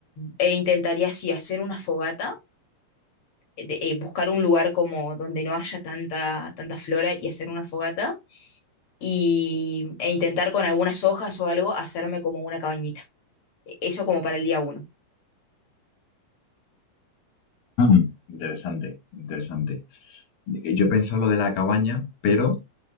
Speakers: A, on the left; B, on the left.
A: e intentaría así hacer una fogata, eh, de- eh, buscar un lugar como donde no haya tanta, tanta flora y hacer una fogata y, e intentar con algunas hojas o algo hacerme como una cabañita. E- Eso como para el día uno.
B: Mm. Interesante, interesante. Eh, Yo he pensado lo de la cabaña, pero